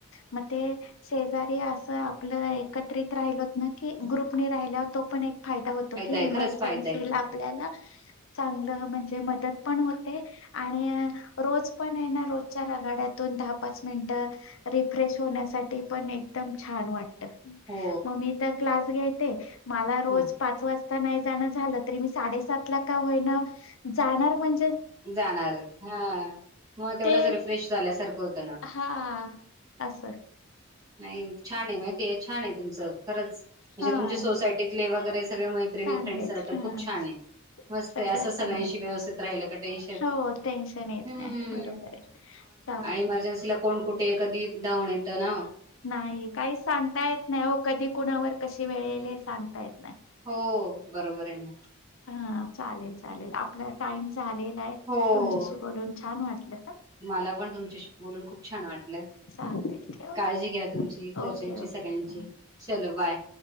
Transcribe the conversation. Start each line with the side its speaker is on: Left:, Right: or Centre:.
Left: मग ते शेजारी असं आपलं एकत्रित राहिल होत ना की ग्रुपनी राहिला तो पण फायदा होतो की
Right: आहे
Left: इमर्जन्सी
Right: खरंच फायदा आहे त्याचा.
Left: आपल्याला चांगलं म्हणजे मदत पण होते आणि रोज पण आहे ना रोजच्या रगाड्यातून दहा पाच मिनटं रिफ्रेश होण्यासाठी पण एकदम छान वाटते
Right: हो.
Left: ममी तर क्लास ग इ ते मला रोज
Right: हा
Left: पाच वाजता ता नाही जाणं झालं तर मी साडे सातला काम आवरणार जाणार म्हण
Right: जाणारच हा मग तेवढंच
Left: ते
Right: रिफ्रेश झाल्यासारखं होत ना
Left: हा असं
Right: नाही छान आहे माहि छान आहे तुमचं खरंच म्हणजे
Left: हा
Right: तुमच्या सोसायटीतले वगैरे मै्र
Left: चांगलेत
Right: फ्रेंड सर्कल
Left: हा
Right: खूप छ आहे मत
Left: सगळ्या
Right: असं सगळ्यांशी
Left: चांगल्यात.
Right: व्यवस्थित राहि
Left: हो टेन्शन येत
Right: हम्म
Left: नाही बरोबर आहे चाल
Right: इमर्जेन्सी ला कोण कुठे येत्या जाऊन येतं ना
Left: नाही काही सांगता येत नाही हो कधी कुणावर कशी वेळ येईल हे सांगता येत नाही
Right: हो बरोबर आहे ना
Left: हा चालेल चालेल आपला टाइम झालेला आहे
Right: हो
Left: तुमच्याशी बोलून छान वाटलं
Right: मला पण तुमच्याशी बोलून खूप छान वाटलं
Left: चालतंय ठेव
Right: काळजी घ्या तुमची घरच्यांची
Left: ओके ओके
Right: सगळ्यांची
Left: हा
Right: चल
Left: ठीक
Right: बाय